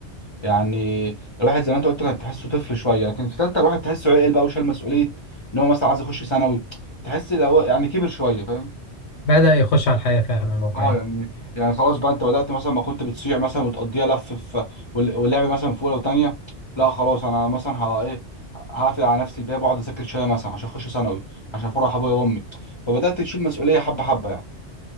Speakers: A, on the left (about 30°); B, on the left (about 75°).
A: يعني الواحد زي ما انت قلت كان تحسه طفل شويه لكن في تالته الواحد تحسه عقل بقى وشال مسؤوليه ان هو مثلا عايز يخش ثانوي تحس لو هو يعني كبر شويه فاهم
B: بدأ يخش على الحياة فعلا الواقعية
A: اه يعني يعني خلاص بقى انت بدات مثلا ما كنت بتصيع مثلا وتقضيها لف في وال- واللعب مثلا في اولى وتانيه لا خلاص انا مثلا ها ايه هقفل على نفسي الباب واقعد اذاكر شويه مثلا عشان اخش ثانوي عشان افرح ابويا وامي فبدات تشيل مسؤوليه حبه حبه يعني